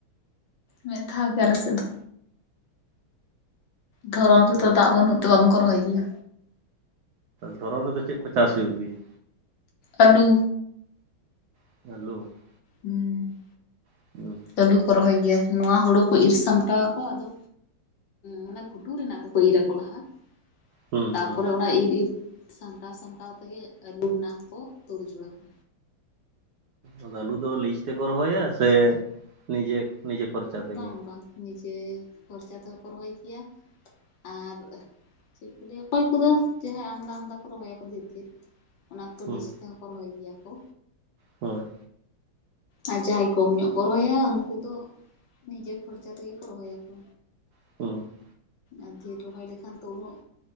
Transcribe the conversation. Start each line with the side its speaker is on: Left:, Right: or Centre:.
Left: ᱢᱤᱫ ᱫᱷᱟᱣ ᱜᱮ ᱟᱞᱮ ᱥᱮᱡ ᱫᱚ ᱫᱷᱚᱨᱚᱱ ᱨᱮᱫᱚ
Right: ᱚ
Left: ᱫᱟᱜ ᱵᱟᱹᱱᱩᱜ ᱛᱮ ᱵᱟᱝᱠᱚ ᱨᱚᱦᱚᱭ ᱜᱮᱭᱟ
Right: ᱫᱷᱚᱨᱚᱢ ᱨᱮᱫᱚ ᱪᱮᱫ ᱠᱚ ᱪᱟᱥ ᱦᱩᱭᱩᱜ ᱜᱮᱭᱟ?
Left: ᱟᱹᱞᱩ
Right: <inaudible>
Left: ᱦᱩᱸ
Right: <inaudible>
Left: ᱟᱹᱞᱩ ᱠᱚ ᱨᱚᱦᱚᱭ ᱜᱮᱭᱟ ᱱᱚᱣᱟ ᱦᱩᱲᱩ ᱠᱚ ᱤᱨ ᱥᱟᱢᱴᱟᱣ ᱟᱠᱚ ᱟᱫᱚ ᱢᱟᱱᱮ ᱜᱷᱩᱴᱩ ᱨᱮᱱᱟᱜ ᱠᱚᱠᱚ ᱤᱨ ᱟᱠᱚ ᱞᱟᱦᱟᱸᱟ
Right: ᱦᱩᱸ
Left: ᱛᱟᱯᱚᱨᱮ
Right: ᱦᱩᱸ
Left: ᱚᱱᱟ ᱤᱨ ᱤᱨ ᱥᱟᱢᱴᱟᱣ ᱥᱟᱢᱴᱟᱣ ᱛᱮᱜᱮ ᱟᱹᱞᱩ ᱨᱮᱱᱟᱜ ᱦᱚᱸᱠᱚ ᱛᱩᱞ ᱡᱳᱲᱟ ᱠᱚ
Right: ᱟᱫᱚ ᱟᱹᱞᱩ ᱫᱚ ᱞᱤᱡ ᱛᱮᱠᱚ ᱨᱚᱦᱚᱭᱟ ᱥᱮ ᱱᱤᱡᱮ ᱱᱤᱡᱮ ᱠᱷᱚᱨᱪᱟ ᱛᱮᱜᱮ
Left: ᱵᱟᱝ ᱵᱟᱝ ᱱᱤᱡᱮ ᱠᱷᱚᱨᱪᱟ ᱛᱮᱦᱚᱸ ᱠᱚ ᱨᱚᱦᱚᱭ ᱜᱮᱭᱟ ᱟᱨ ᱪᱮᱫ ᱠᱚ ᱞᱟᱹᱭᱟ ᱚᱠᱚᱭ ᱠᱚᱫᱚ ᱡᱟᱦᱟᱸᱭ ᱟᱢᱫᱟ ᱟᱢᱫᱟ ᱠᱚ ᱨᱚᱦᱚᱭ <inaudible> ᱚᱱᱟᱠ ᱛᱚ
Right: ᱦᱩᱸ
Left: ᱞᱤᱪ ᱛᱮᱦᱚᱸ ᱠᱚ ᱨᱚᱦᱚᱭ ᱜᱮᱭᱟ ᱠᱚ
Right: ᱦᱳᱭ
Left: ᱟᱨ ᱡᱟᱦᱟᱸᱭ ᱠᱚᱢ ᱧᱚᱜ ᱠᱚ ᱨᱚᱦᱚᱭᱟ ᱩᱱᱠᱩ ᱫᱚ ᱱᱤᱡᱮ ᱠᱷᱚᱨᱪᱟ ᱛᱮᱜᱮ ᱠᱚ ᱨᱚᱦᱚᱭᱟ ᱠᱚ
Right: <unintelligible>
Left: ᱟᱨ ᱰᱷᱮᱨ ᱨᱚᱦᱚᱭ ᱞᱮᱠᱷᱟᱱ ᱛᱚ ᱩᱱᱟᱹᱜ